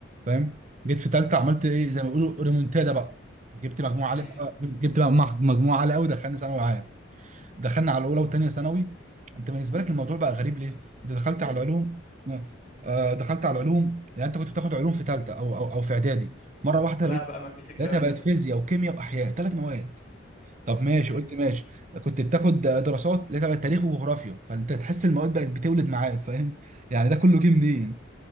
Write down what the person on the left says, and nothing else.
أمم.
<laughs>
لا
بقى ما فيش الكلام
ده
ايوه